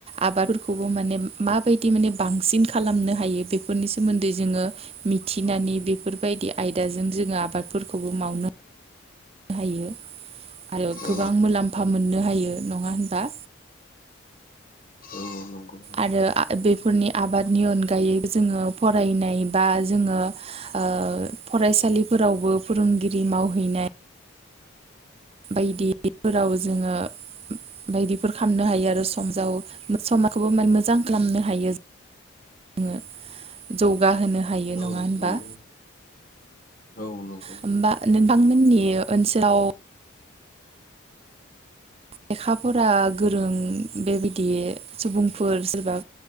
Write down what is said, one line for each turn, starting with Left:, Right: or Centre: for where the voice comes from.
Right: आबादफोरखौबो माने माबायदि माने बांसिन खालामनो हायो बेफोरनि सोमोन्दै जोङो मिथिनानै बेफोरबायदि आयदाजों जोङो आबादफोरखौबो मावनो हायो आरो गोबां
Left: औ
Right: मुलाम्फा मोननो हायो नङा होनबा?
Left: औ नंगौ
Right: आरो बेफोरनि आबादनि अनगायै जोङो फरायनाय बा जोङो ओ फरायसालिफोरावबो फोरोंगिरि मावहैनाय बायदिफोराव जोङो बायदिफोर खामनो हायो आरो सम जाव समखौबो माने मोजां खालामनो हायो जोङो। जौ गा होनो हायो
Left: औ
Right: नङा होनबा?
Left: नंगौ औ नंगौ
Right: होमबा नोंथांमोननि ओनसो लाव लेखाफरा गोरों बेबायदि सुबुंफोर सोरबा